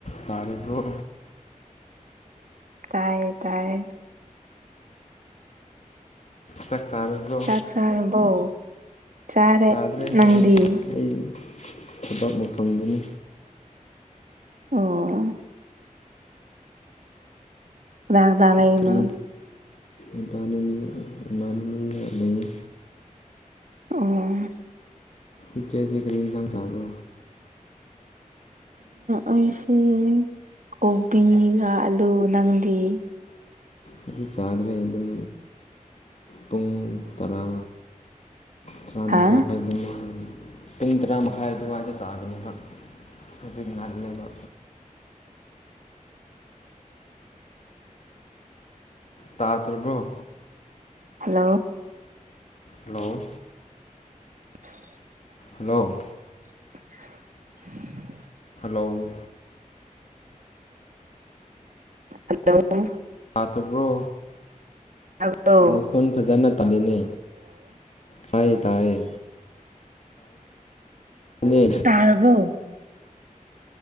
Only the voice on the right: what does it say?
ꯇꯥꯏꯌꯦ ꯇꯥꯏꯌꯦ
ꯆꯥꯛ ꯆꯥꯔꯕꯧ ꯆꯥꯔꯦ
ꯅꯪꯗꯤ
ꯑꯣ ꯀꯥꯅꯥ ꯀꯥꯅꯥ ꯂꯩꯩꯔꯤꯅꯣ
ꯑꯣ
ꯑꯩꯁ ꯀꯣꯕꯤꯒ ꯑꯂꯨ ꯅꯪꯗꯏ
ꯍꯥ
<unintelligible>
ꯍꯜꯂꯣ
<unintelligible>
<inaudible>
ꯍꯜꯂꯣ
ꯇꯥꯕ꯭ꯔꯣ
ꯇꯔꯕꯣ